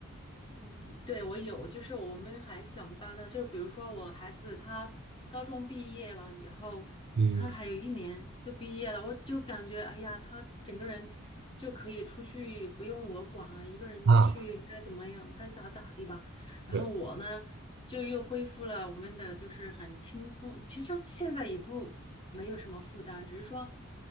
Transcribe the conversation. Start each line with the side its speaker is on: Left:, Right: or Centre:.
Left: 嗯，对我有，就是我们还想搬的，就是比如说我孩子他高中毕业了以后，
Right: 嗯
Left: 他还有一年就毕业了，我就感觉哎呀，他整个人就可以出去，不用我管啊，一个人去该怎么样该咋咋地吧。
Right: 啊，
Left: 然后我呢，
Right: 对，
Left: 就又恢复了我们的就是很轻松，其实现在也不没有什么负担，只是说